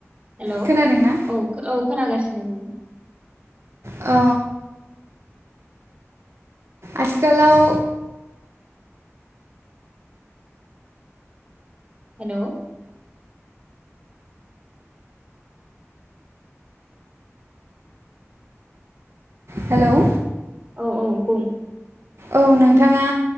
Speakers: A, on the right; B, on the right.
A: हेलौ
B: खोनादोंना
A: औ खोना गासिनि बुं
B: औ आथिखालाव
A: हेलौ
B: हेलौ
A: औ औ बुं
B: औ नोंथाङा